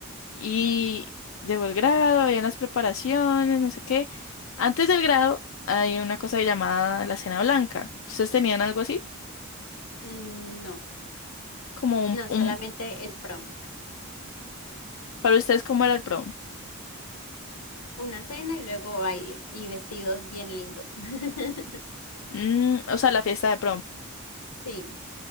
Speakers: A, on the left (about 65°); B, on the left (about 90°).
A: Y llegó el grado, habían las preparaciones, no sé qué. Antes del grado hay una cosa llamada la cena blanca. ¿Ustedes tenían algo así?
B: Mm, No,
A: Como un,
B: no,
A: un-
B: solamente el prom.
A: para ustedes, ¿cómo era el prom?
B: Una cena y luego baile y vestidos bien lindos. <laughs>
A: Mm, o sea, la fiesta de prom.
B: Sí.